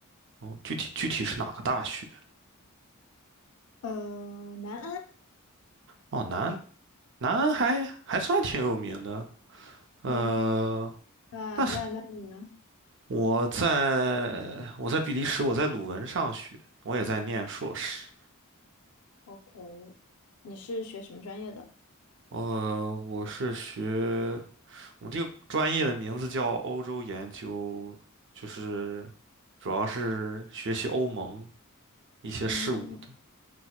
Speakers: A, on the right; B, on the left.
A: 哦，具体具体是哪个大学？
B: 嗯、南安，
A: 哦，南南还还算挺有名的，呃，
B: 嗯，那那那你呢
A: 但是我在我在比利时，我在鲁汶上学，我也在念硕士，
B: ？OK，你是学什么专业的？
A: 呃，我是学我们这个专业的名字叫欧洲研究，就是主要是学习欧盟一些事务的
B: 嗯